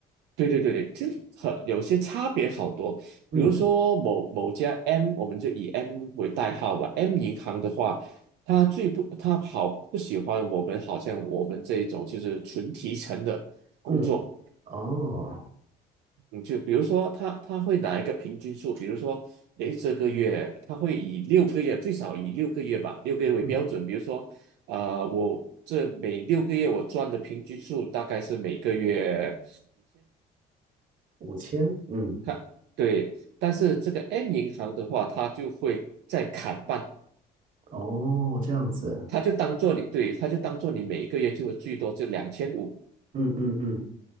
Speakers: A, on the right; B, on the right.
A: 对对对对，这很有些差别好多。
B: 嗯
A: 比如说某某家 M，我们就以 M 为代号吧。M 银行的话，它最不，它好不喜欢我们，好像我们这一种就是纯提成的工作。
B: 嗯，哦，
A: 嗯，就比如说它它会拿一个平均数，比如说，诶，这个月它会以六个月，最少以六个月吧，六个月为标准。
B: 嗯，
A: 比如说，呃，我这每六个月我赚的平均数大概是每个月。
B: 五千，嗯，
A: 它对，但是这个 M 银行的话，它就会再砍半，
B: 哦，这样子，
A: 它就当做你对，它就当做你每一个月就最多就两千五，
B: 嗯嗯嗯，